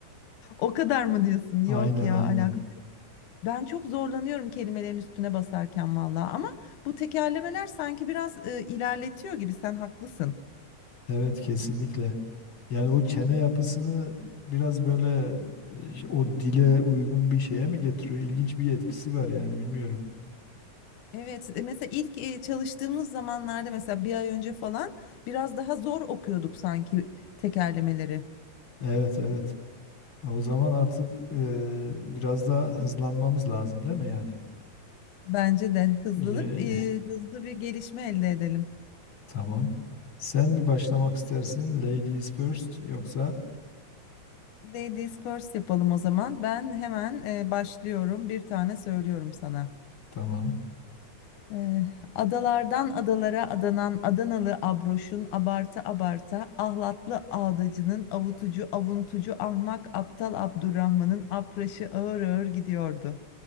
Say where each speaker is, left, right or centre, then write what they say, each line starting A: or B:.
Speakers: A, on the left; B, on the left.
A: O kadar mı diyorsun? Yok
B: Aynen
A: ya
B: aynen.
A: alakası. yok. Ben çok zorlanıyorum kelimelerin üstüne basarken valla. Ama bu tekerlemeler sanki biraz e, ilerletiyor gibi. Sen haklısın.
B: Evet kesinlikle. Yani o çene yapısını biraz böyle e, o dile uygun bir şeye mi getiriyor? İlginç bir etkisi var yani bilmiyorum.
A: Evet, e, mesela ilk e, çalıştığımız zamanlarda mesela bir ay önce falan biraz daha zor okuyorduk sanki tekerlemeleri.
B: Evet evet. E, O zaman artık e, biraz daha hızlanmamız lazım değil mi yani?
A: Bence de hızlanıp
B: Ye-
A: e, hızlı bir gelişme elde edelim.
B: Tamam. Sen mi başlamak istersin? Ladies first yoksa?
A: Ladies first yapalım o zaman. Ben hemen e, başlıyorum. Bir tane söylüyorum sana.
B: Tamam.
A: E, adalardan adalara adanan Adanalı abroşun abarta abarta ahlatlı ağdacının avutucu avuntucu ahmak aptal Abdurrahman'ın apraşı ağır ağır gidiyordu.